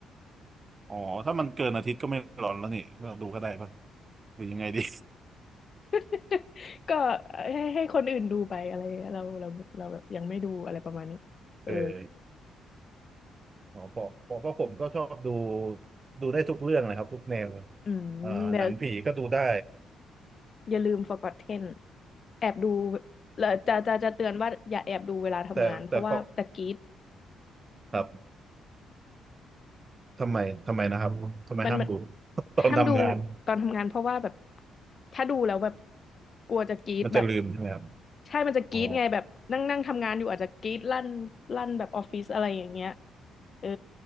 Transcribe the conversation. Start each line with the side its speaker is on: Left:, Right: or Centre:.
Right: อ๋อถ้ามันเกินอาทิตย์ก็ไม่ร้อนแล้วนี่เราดูก็ได้ป่ะหรือยังไงดี
Left: <laughs> ก็ให้ให้คนอื่นดูไปอะไรเราเราเราแบบยังไม่ดูอะไรประมาณนี้เออ
Right: เอออ๋อเพราะเพราะเพราะผมก็ชอบดูดูได้ทุกเรื่องเลยครับทุกแนว
Left: <laughs> อืมเดี๋ยว
Right: อ่าหนังผีก็ดูได้
Left: อย่าลืม Forgotten แอบดูแล้วจะจะจะเตือนว่าอย่าแอบดูเวลาทำงานเพราะว่าจะกรี๊ด
Right: แต่แต่เพราะครับ ทำไมทำไมนะครับทำไมห้ามดู
Left: มันมัน
Right: <laughs> ตอนทำงาน
Left: ห้ามดูตอนทำงานเพราะว่าแบบถ้าดูแล้วแบบกลัวจะกรี๊ดแบบ
Right: มันจะลืมใช่ไหมครับ
Left: ใช่มันจะกรี๊ดไงแบบนั่งนั่งทำงานอยู่อาจจะกรี๊ดลั่นลั่นแบบออฟฟิศอะไรอย่างเงี้ย
Right: อ๋อ
Left: เออ